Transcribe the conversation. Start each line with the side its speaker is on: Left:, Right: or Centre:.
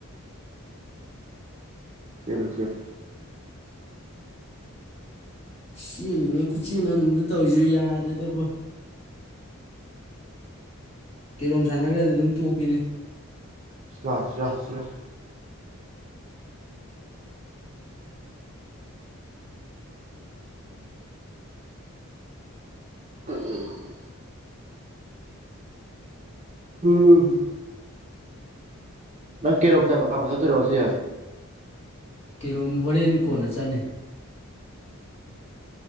Right: ꯆ‌ꯦꯜꯂꯨ ꯆ‌ꯦꯜꯂꯨ
Left: ꯆꯦꯜꯂꯤꯉꯩ ꯈꯨꯠꯆꯦꯟ ꯑꯝꯅꯤꯗ ꯇꯧꯔꯤꯁ‌ꯦ ꯌꯥꯗ꯭ꯔꯦꯗꯕꯨ ꯀꯦꯔꯣꯝ ꯁꯥꯟꯅꯈ꯭ꯔꯗꯤ ꯑꯗꯨꯝ ꯇꯣꯛꯄꯤꯅꯤ
Right: ꯁꯤꯂ ꯁꯂꯥ ꯁꯂꯥꯎ ꯎꯝ ꯎꯝ ꯍꯝ ꯅꯪ ꯀꯩꯔ‌ꯣꯝ ꯀꯥꯞꯄ ꯆꯠꯇ‌ꯣꯏꯔ‌ꯣ ꯉꯁꯤ
Left: ꯀꯦꯔꯣꯝ ꯍꯣꯔꯦꯟ ꯀꯣꯟꯅ ꯆꯠꯅꯤ